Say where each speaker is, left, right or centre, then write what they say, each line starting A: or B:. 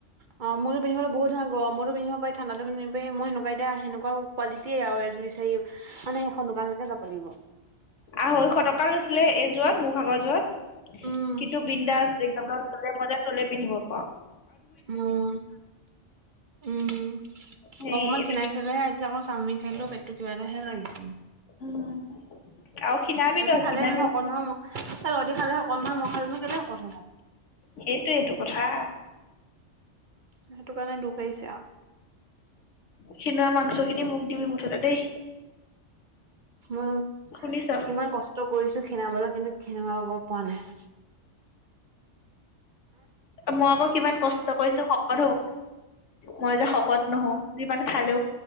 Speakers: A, on the right; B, on the left.
A: অ, মোৰ যোৰ পিন্ধিবলৈ বহুত ভাল, গৰমতো পিন্ধিব পাৰি, ঠাণ্ডাটো পিন্ধিব পাৰি, মই সেনেকুৱা এযোৰ এতিয়া সেনেকুৱা কোৱালিটি আৰু এযোৰ বিচাৰি মানে সেইখন দোকানলৈকে যাব লাগিব।
B: আঢ়ৈশ টকা লৈছিলে, এইযোৰত মোৰ ভাগৰ যোৰত।
A: উম।
B: কিন্তু বিন্দাচ <unintelligible> তলে পিন্ধিব পাওঁ।
A: উম', উম'
B: হেৰি
A: অকমান
B: এইটো
A: খিনাইছো
B: কি
A: তেতিয়াহে আজি আকৌ চাউমিন খাই দিলো, পেটতো কিবা এটাহে লাগিছে মোৰ।
B: উম, আৰু খীনাবি
A: তহঁতি
B: তই
A: খালে
B: খীনাবি
A: ইমান শকত নহয়। মই তহঁতি খালে শকত নহয়, মই খালে নো কেলেই শকত হ'ম আৱ।
B: সেইটোৱেটো কথা।
A: সেইটো কাৰণে দুখ লাগিছে আও।
B: খিনোৱা মাংসখিনি মোক দিবি মুঠতে দেই।
A: উম'
B: শুনিছ
A: কিমান কষ্ট কৰিছো খিনাবলৈ কিন্তু খিনাব পৰা নাই।
B: মই আকৌ কিমান কষ্ট কৰিছো শকত হ'বলে, মই যে শকত নহও, যিমান খালে।